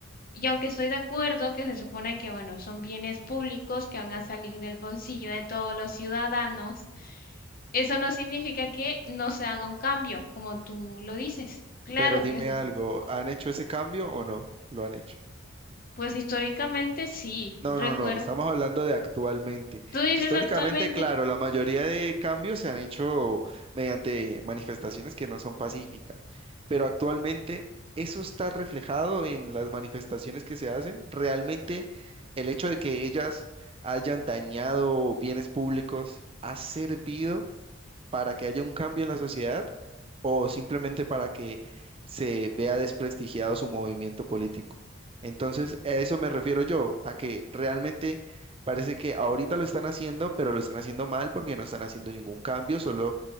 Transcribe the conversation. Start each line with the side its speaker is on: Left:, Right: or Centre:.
Left: Y aunque estoy de acuerdo que se supone que, bueno, son bienes públicos que van a salir del bolsillo de todos los ciudadanos, eso no significa que no se haga un cambio, como tú lo dices. Claro
Right: Pero dime
Left: que es así.
Right: algo, ¿han hecho ese cambio o no? ¿Lo han hecho?
Left: Pues históricamente sí,
Right: No,
Left: recuerdo.
Right: no, no, estamos hablando de actualmente.
Left: ¿Tú dices
Right: Históricamente,
Left: actualmente?
Right: claro, la mayoría de cambios se han hecho mediante manifestaciones que no son pacíficas, pero actualmente eso está reflejado en las manifestaciones que se hacen. Realmente el hecho de que ellas hayan dañado bienes públicos ha servido para que haya un cambio en la sociedad o simplemente para que se vea desprestigiado su movimiento político. Entonces, a eso me refiero yo, a que realmente parece que ahorita lo están haciendo, pero lo están haciendo mal porque no están haciendo ningún cambio, solo